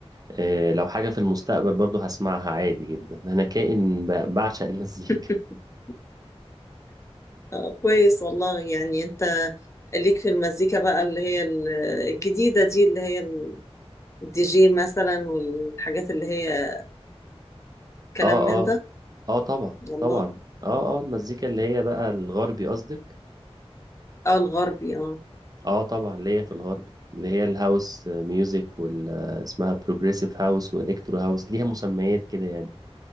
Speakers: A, on the right; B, on the left.
A: آه لو حاجة في المستقبل برضو هسمعها عادي جدا انا كائن ب- بعشق المزيكا
B: <laughs> آه، كويس والله يعني انت ليك في المزيكا بقى اللي هي ال- الجديدة دي اللي هي الدي جي مثلا والحاجات اللي هي كلام
A: اه
B: من ده
A: اه اه طبعا
B: والله
A: طبعا اه
B: مم.
A: اه المزيكا اللي هي بقى الغربي قصدك
B: اه الغربي اه
A: اه طبعا اللي هي في الغربي اللي هي الهاوس ميوزك وال اسمها بروجريسيف هاوس والكترو هاوس ليها مسميات كده يعني